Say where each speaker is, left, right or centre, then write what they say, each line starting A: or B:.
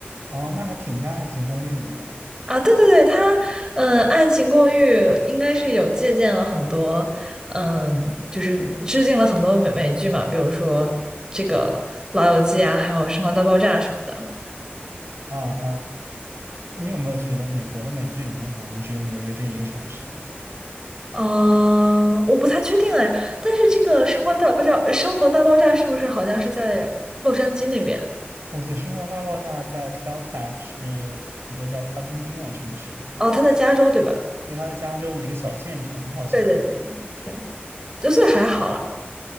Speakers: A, on the right; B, on the right.
A: 哦，那还挺像《爱情公寓》的呢。
B: 啊，对对对，他，嗯，《爱情公寓》应该是有借鉴了很多，嗯，就是致敬了很多美美剧嘛，比如说这个《老友记》啊，还有《生活大爆炸》什么的。
A: 嗯嗯，你有没有觉得美国的美剧里面好像只有纽约这一个城市？
B: 啊，我不太确定哎，但是这个《生活大爆炸》《生活大爆炸》是不是好像是在洛杉矶那边？
A: 哦，对，《生活大爆炸》在 Caltech 是一个叫 Pasadena 的城市，
B: 哦，他在加州对吧？
A: 所以它在加州的一个小县城好像。
B: 对对对对，就所以还好了。